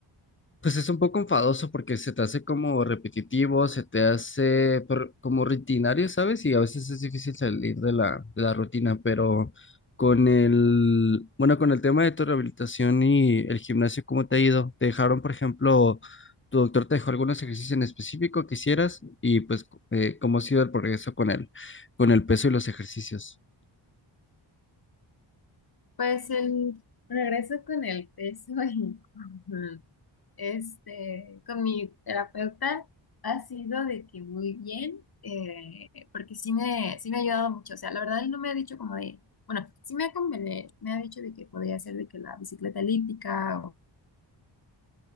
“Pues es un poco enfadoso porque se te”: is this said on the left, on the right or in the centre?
Left